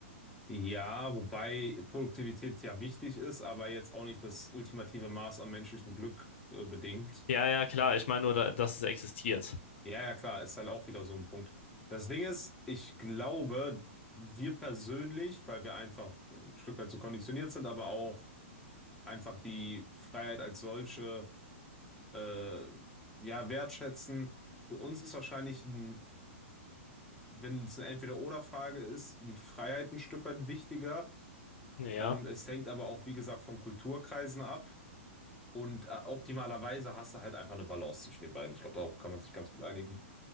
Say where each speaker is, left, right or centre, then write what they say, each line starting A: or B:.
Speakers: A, in the centre; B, on the left.
A: Ja, wobei Produktivität ja wichtig ist, aber jetzt auch nicht das ultimative Maß an menschlichem Glück äh, bedingt.
B: Ja, ja, klar. Ich meine nur, da, dass es existiert.
A: Ja, ja, klar, ist halt auch wieder so ein Punkt. Das Ding ist, ich glaube, wir persönlich, weil wir einfach ein Stück weit so konditioniert sind, aber auch einfach die Freiheit als solche äh, ja wertschätzen. Für uns ist wahrscheinlich ein, wenn es eine Entweder-Oder-Frage ist, die Freiheit ein Stück weit wichtiger.
B: Ja,
A: Ähm, es hängt aber auch, wie gesagt, von Kulturkreisen ab. Und äh, optimalerweise hast du halt einfach eine Balance zwischen den beiden. Ich glaube, darauf kann man sich ganz gut einigen.